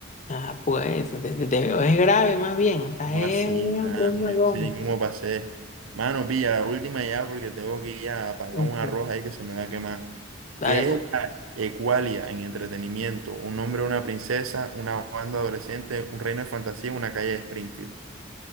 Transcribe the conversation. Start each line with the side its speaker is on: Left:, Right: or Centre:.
Left: Ah, pues, te- te- te veo- es grave más bien, estás
Right: No
Left: es,
Right: así,
Left: es
Right: nada,
Left: malón.
Right: no yo no sé ni cómo pasé. Mano, pilla la última ya porque tengo que ir a apagar
Left: Ujú,
Right: un arroz ahí que se me va a quemar.
Left: Dale,
Right: ¿Qué
Left: pues.
Right: es la Ecualia en entretenimiento? Un hombre, una princesa, una banda adolescente, un reino de fantasía, una calle de Springfield.